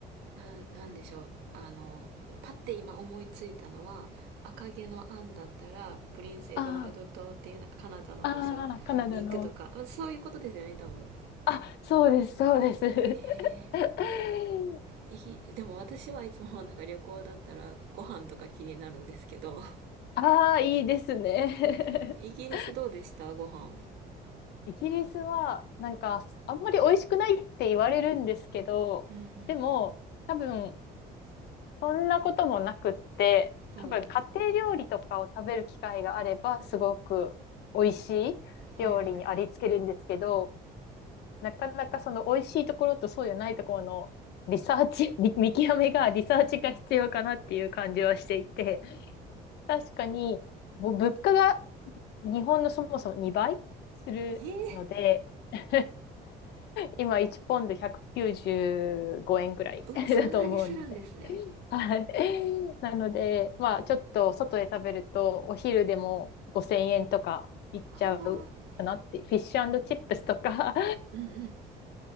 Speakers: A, on the right (about 85°); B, on the left (about 80°).
A: ななんでしょうあのパッて今思いついたのは赤毛のアンだったらプリンス・エドワード島っていうなんかカナダの場所に行くとかそういうことですよね多分
B: あああ、カナダの。あ、そうです、そうです。<laughs>
A: へえイギでも私はいつもなんか旅行だったらご飯とか気になるんですけど
B: ああ、いいですね。
A: <laughs> イギリスどうでしたご飯
B: <laughs> イギリスは、なんか、あんまり美味しくないって言われるんですけど、
A: うん
B: でも、多分、そんなこともなくって、
A: うんおう
B: 多分、家庭料理とかを食べる機会があれば、すごく美味しい料理にありつけるんですけど、
A: はいはい、
B: なかなかその美味しいところとそうじゃないところのリサーチ、<laughs> 見見極めが、リサーチが必要かなっていう感じはしていて、
A: うん、
B: 確かに、もう物価が日本のそもそも2倍するので、
A: ええ
B: <laughs> 今1ポンド195円ぐらい
A: うわそんなにするんですね
B: <laughs> だと思うので、はい。なので、まあちょっと外で食べるとお昼でも5000円とかいっちゃうかなって、
A: はあ
B: フィッシュチップスとか
A: うんうん